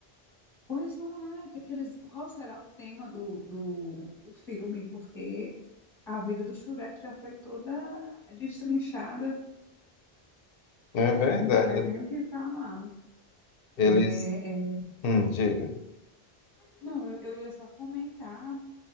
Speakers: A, in the centre; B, on the left.
A: Pois não é, que aqueles, qual será o tema do, do, do filme? Porque a vida do Shrek já foi toda destrinchada,
B: É verdade.
A: não tem mais nem o que falar.
B: Eles.
A: É, é,
B: Hum, diga.
A: não, eu, eu ia só comentar